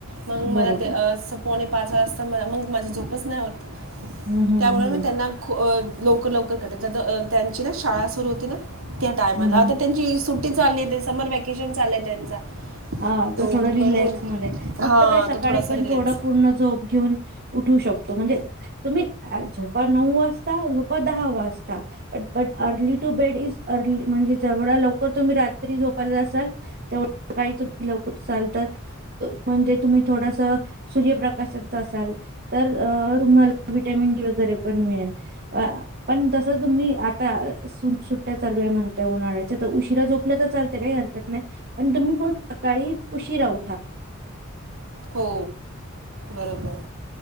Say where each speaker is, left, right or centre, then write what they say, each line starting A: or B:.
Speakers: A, on the right (about 80°); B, on the right (about 45°).
A: मग
B: बरोबर
A: मला ते असं कोणी पाच वाजता मग माझी झोपच नाही होत.
B: हम्म हम्म
A: त्यामुळे
B: हम्म
A: मी त्यांना लवकर लवकर करते त्यांची ना शाळा सुरू होती ना त्या टायमाला
B: हम्म
A: आता त्यांची सुट्टी चालली आहे. समर वॅकेशन चालय त्यांचा.
B: हा
A: तो
B: तर थोडं
A: म्हणून
B: रिलॅक्समध्ये फक्त
A: हां
B: काय सकाळी
A: तर थोडासा
B: पण
A: रिलॅक्स
B: थोडं पूर्ण झोप घेऊन उठू शकतो. म्हणजे तुम्ही झोपा नऊ वाजता झोपा दहा वाजता. But but early to bed is early म्हणजेच जेवढा लवकर तुम्ही रात्री झोपत असाल तेवढं सकाळी तुम्ही लवकर उठाल तर म्हणजे तुम्ही थोडस सूर्यप्रकाशात असाल तर तुम्हाला विटॅमिन डी वगैरे पण मिळेल. पण जस तुम्ही आता सुट सुट्ट्या चालू आहे म्हणत उन्हाळ्याच्या तर उशिरा झो आपलं तर चालते काही हरकत नाही पण तुम्हीपण सकाळी उशीरा उठा.
A: हो. बरोबर.